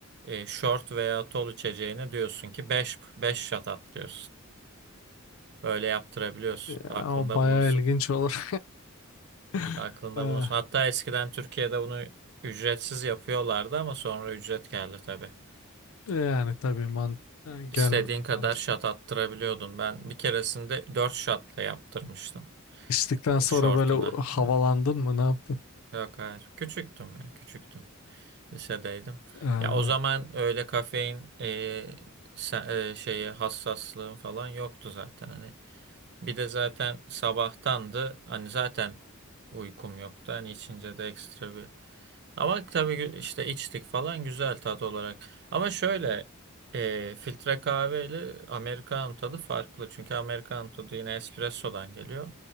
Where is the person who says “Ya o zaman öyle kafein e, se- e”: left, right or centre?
Right